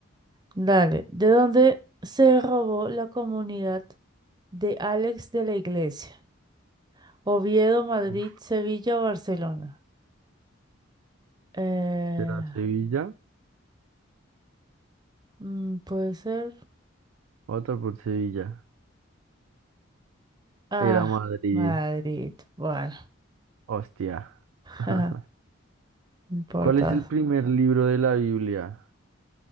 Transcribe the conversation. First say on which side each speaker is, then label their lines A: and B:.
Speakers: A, on the right (about 20°); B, on the right (about 80°).
A: Dale. ¿De dónde se robó la comunidad de Alex de la Iglesia? Oviedo, Madrid,
B: Uf,
A: Sevilla o Barcelona. Eh,
B: ¿será Sevilla?
A: mm, puede ser.
B: Otra por Sevilla.
A: Ah,
B: Era Madrid.
A: Madrid. Bueno,
B: Hostia.
A: <laughs>
B: <laughs>
A: no importa.
B: ¿Cuál es el primer libro de la Biblia?